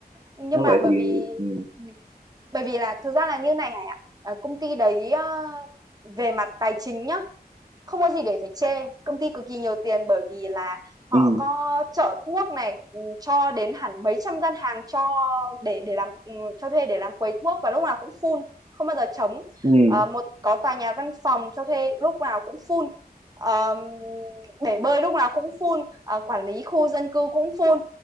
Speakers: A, on the right (about 25°); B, on the right (about 40°).
A: nhưng
B: nếu
A: mà
B: vậy
A: bởi
B: thì
A: vì
B: ừ
A: ừ, Bởi vì là thực ra là như này Hải ạ, Ờ, công ty đấy ờ, về mặt tài chính nhá, không có gì để phải chê. Công ty cực kỳ nhiều tiền bởi vì là họ
B: ừ
A: có chợ thuốc này ừ, cho đến hẳn mấy trăm gian hàng cho để để làm ừ, cho thuê để làm quầy thuốc và lúc nào cũng full, không bao giờ trống.
B: ừ
A: Ờ, một có tòa nhà văn phòng cho thuê lúc nào cũng full. Ờ, bể bơi lúc nào cũng full, Ờ, quản lý khu dân cư cũng full.